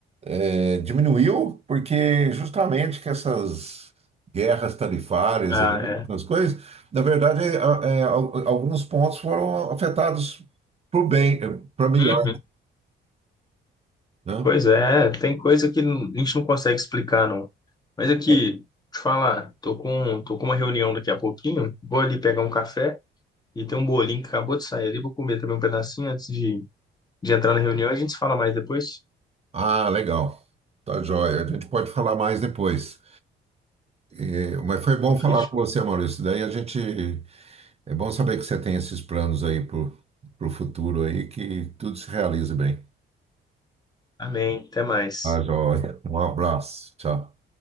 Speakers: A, on the right; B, on the left.
A: é, diminuiu porque justamente que essas guerras tarifárias
B: Ah,
A: aí,
B: é.
A: as coisas, na verdade, a- é, al- alguns pontos foram afetados para o bem, para melhor,
B: Uhum.
A: né?
B: Pois é, tem coisa que não- a gente não consegue explicar, não. Mas aqui,
A: É.
B: deixa eu te falar, tô com, tô com uma reunião daqui a pouquinho, vou ali pegar um café. E tem um bolinho que acabou de sair ali. Vou comer também um pedacinho antes de, de entrar na reunião. A gente se fala mais depois.
A: Ah, legal. Tá joia. A gente pode falar mais depois. É, mas foi bom
B: Então, fechou.
A: falar com você, Maurício. Daí a gente. É bom saber que você tem esses planos aí pro, pro futuro aí, que tudo se realize bem.
B: Amém. Até mais.
A: Tá joia. Um abraço. Tchau.